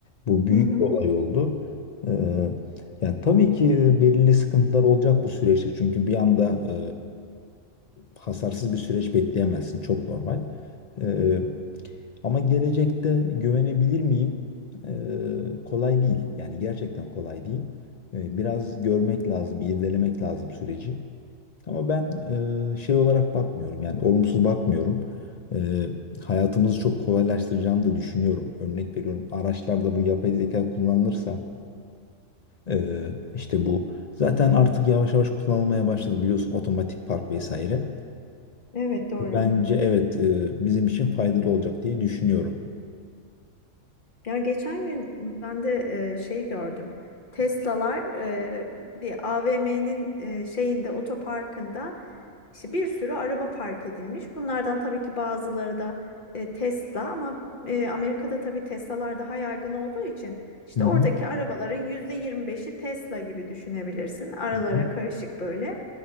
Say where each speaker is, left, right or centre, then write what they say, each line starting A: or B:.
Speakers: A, on the left; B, on the left.
A: Bu büyük
B: Hı hı.
A: bir olay oldu. E, yani tabii ki belirli sıkıntılar olacak bu süreçte çünkü bir anda e, hasarsız bir süreç bekleyemezsin. Çok normal. E, ama gelecekte güvenebilir miyim? Ee, kolay değil. Yani gerçekten kolay değil. Ee, biraz görmek lazım, irdelemek lazım süreci. Ama ben e, şey olarak bakmıyorum. Yani olumsuz bakmıyorum. Ee, hayatımızı çok kolaylaştıracağını da düşünüyorum. Örnek veriyorum. Araçlarda bu yapay zeka kullanılırsa e, işte bu zaten artık yavaş yavaş kullanılmaya başladı biliyorsun otomatik park vesaire.
B: Evet doğru.
A: Ee, bence evet e, bizim için faydalı olacak diye düşünüyorum.
B: Ya geçen gün ben de e, şey gördüm. Tesla'lar e, bir AVM'nin e, şeyinde otoparkında İşte bir sürü araba park edilmiş. Bunlardan tabii ki bazıları da e, Tesla ama e, Amerika'da tabii Tesla'lar daha yaygın olduğu için işte
A: Hı hı.
B: oradaki arabaların yüzde yirmi beşi Tesla gibi düşünebilirsin. Aralara
A: Hı hı.
B: karışık böyle.